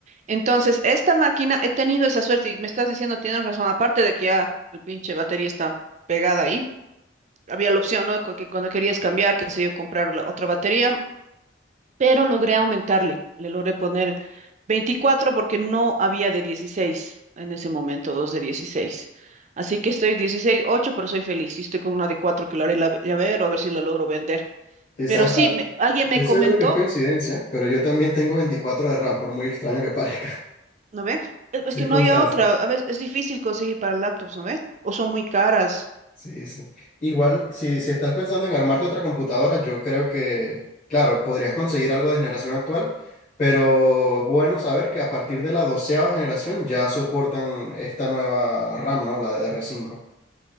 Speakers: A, on the right; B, on the left.
A: Entonces, esta máquina, he tenido esa suerte y me estás diciendo, tienes razón, aparte de que ya el pinche batería está pegada ahí, había la opción, ¿no? Cu- Que cuando querías cambiar, qué sé yo, comprar la otra batería, pero logré aumentarle, le logré poner 24 porque no había de 16 en ese momento, dos de dieciséis Así que estoy 16 8 pero soy feliz y estoy con una de 4 que la haré la- llavero, a ver si la logro vender.
B: Quizás,
A: Pero sí, me- alguien
B: estoy
A: me comentó
B: seguro que es coincidencia, pero yo también tengo 24 de RAM, por muy extraño que parezca.
A: ¿No ve? Es
B: Circunstancias.
A: es que no hay otra. A veces es difícil conseguir para laptops, ¿no ve? O son muy caras.
B: Sí, sí. Igual, si, si estás pensando en armarte otra computadora, yo creo que, claro, podrías conseguir algo de generación actual, pero es bueno saber que a partir de la doceava generación ya soportan esta nueva RAM, ¿no? La de D r cinco